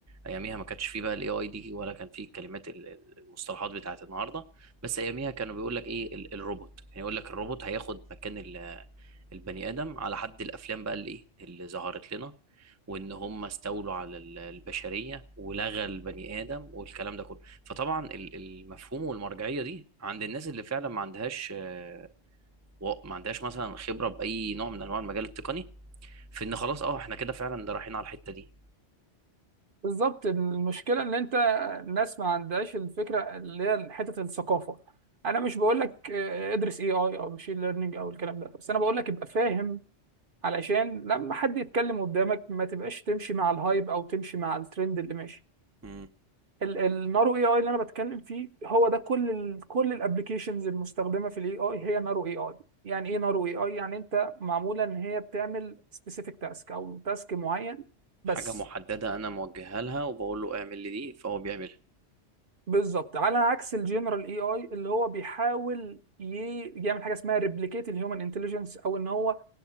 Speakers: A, on the right (about 20°); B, on the right (about 50°).
A: اياميها ما كانش فيه بقى الاي اي دي ولا كان فيه كلمات ال- ال- المصطلحات بتاعت النهارده بس اياميها كانوا بيقول لك ايه ال- الروبوت يعني يقول لك الروبوت هياخد مكان ال- البني ادم على حد الافلام بقى اللي ايه اللي ظهرت لنا وان هم استولوا على ال- البشريه ولغى البني ادم والكلام ده كله فطبعا ال- المفهوم والمرجعيه دي عند الناس اللي فعلا ما عندهاش آه، و- ما عندهاش مثلا خبره باي نوع من انواع المجال التقني في ان خلاص اه احنا كده فعلا ده رايحين على الحته دي
B: بالظبط المشكله ان انت الناس ما عندهاش الفكره اللي هي حته الثقافه انا مش بقول لك اه، ادرس اي اي او ماشين ليرنينج او الكلام ده بس انا بقول لك ابقى فاهم علشان لما حد يتكلم قدامك ما تبقاش تمشي مع الهايب او تمشي مع الترند اللي ماشي
A: مم.
B: ال- النارو اي اي اللي انا بتكلم فيه هو ده كل ال كل الابلكيشنز المستخدمه في الاي اي هي نارو اي اي يعني ايه نارو اي اي يعني انت معموله ان هي بتعمل سبيسيفيك تاسك او تاسك معين بس
A: حاجة محددة أنا موجهها لها وبقول له اعمل لي دي فهو بيعملها
B: بالظبط على عكس الجنرال اي اي اللي هو بيحاول ي- يعمل حاجه اسمها ريبليكيت الهيومن انتليجنس او ان هو